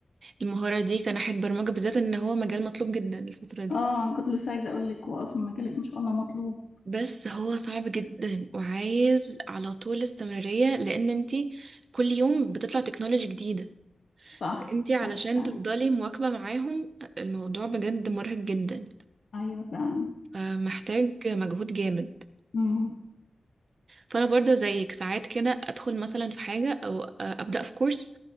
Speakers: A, on the right; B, on the left.
A: المهارة دي كناحية برمجة بالذات ان هو مجال مطلوب جدا الفترة دي
B: اه انا كنت لسه عايزه اقول لك هو اصلا مجالك ما شاء الله مطلوب
A: بس هو صعب جدا وعايز على طول استمرارية لان انتي كل يوم بتطلع تكنولوجي جديدة
B: صح
A: انتي
B: صح
A: علشان
B: فعلا
A: تفضلي مواكبة معاهم الموضوع بجد مرهق جدا
B: ايوه فعلا
A: آه، محتاج مجهود جامد
B: امم
A: فانا برضو زيك ساعات كده ادخل مثلا في حاجه او آه، ابدا في كورس